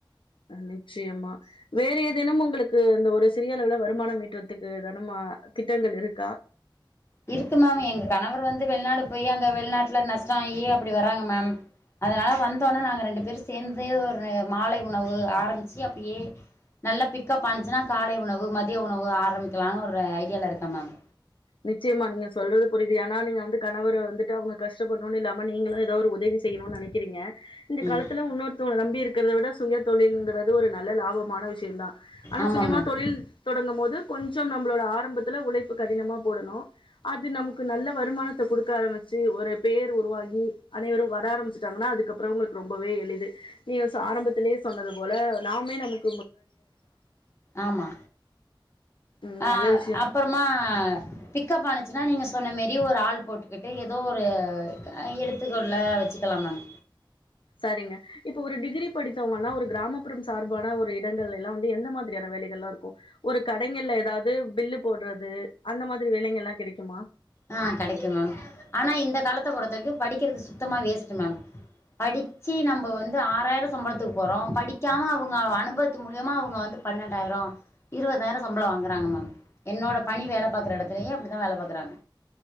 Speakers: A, on the left (about 85°); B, on the left (about 30°).
A: நிச்சயமா வேறுஇதேனும் உங்களுக்கு இந்த ஒரு சிறிய அளவுல வருமானம் ஈட்டுறதுக்கு இதேனும் திட்டங்கள் இருக்கா
B: இருக்கு மேம் எங் கணவர் வந்து வெளிநாடு போய் அங்க வெளிநாட்டுல நஷ்டம் ஏ அப்படி வறாங்க மேம் அதனால வந்தோனே நாங்க ரெண்டு பேரு சேர்ந்து ஒரு மாலை உணவு ஆரம்பிச்சு அப்பே நல்லா பிக்கப் அனுிச்சுன்னா காலை உணவு மதியம் உணவு ஆரம்பிகலாம்னு ஒரு ஐடியால இருக்கேன் மேம்
A: நிச்சயமா நீங்க சொல்றது புரியுது ஏன்னா நீங்க வந்து கணவரை வந்துட்டு அவங்க கஷ்டப்படணும்னு இல்லாம நீங்களும் ஏதாவ ஒரு உதவி செய்யணு நினைக்கிறீங்க இந்த
B: ம்
A: காலத்தில உன்னோருத்தவ நம் பி இருக்கிறத விட சுய தொழிலிங்கிறது ஒரு நல்ல லாபம் ம்மானா விஷயம் தான் ஆனா
B: ஆமாம்
A: சுயமா
B: மேம்
A: தொழில் தொடங்கும் போது கொஞ்சம் நம்மளோட ஆரம் பத்துல உழைப்பு கடினம் போடணு அது நமக்கு நல்ல வருமானத்த கொடுக்க ஆரம்பிச்சு ஒரு பேர் உருவாகி அனைவரும் வர ஆரம்பிச்சிட்டாங்கன்னா அதுக்குப்பறம் உங்களுக்கு ரொம்பவே எளிது நீ ஆரம்பத்திலே சொன்னது போல நாமே நமக்
B: ஆமா
A: ம்
B: அஹ
A: நல்ல விஷயோ
B: அப்பறமா பிக்கப் ஆனுச்சுன்னா நீங்க சொன்ன மாரி ஒரு ஆள் போட்டுக்கிட்டு ஏதோ ஒரு எடுத்துக்க உள்ள வச்சுக்கலாம் மேம்
A: சரிங்க இப்ப ஒரு டிகிரி படித்தவங்கன்னா ஒரு கிராமப்புறம் சார்பான ஒரு இடங்கள் எல்லாம் வந்து எந்த மாரி வேலைகள்ல்லாம் இருக்கும் ஒரு கடைகள்ல ஏதாவது பில்லு போட்றது அந்த மாதிரி வேலைங்ள்ல்லாம் கிடைக்குமா
B: ஆ கெடைக்கும் மேம் ஆனா <unintelligible> பொறுத்த வரைக்கும் படிக்கிறது சுத்தமா வேஸ்ட் மேம் படிச்சி நம்ம வந்து ஆறாயிரம் சம்பளத்துக்கு போறோம் படிக்காம அவங்க அனுபவத்து மூலியமா அவங்க வந்து பண்ண பத்தாயிர இருவதாயிர சம்பள வாங்குறாங்க மேம் என்னோட பணி வேல பாக்கற எடத்துலயு அப்டித்தா வேல பாக்கறாங்க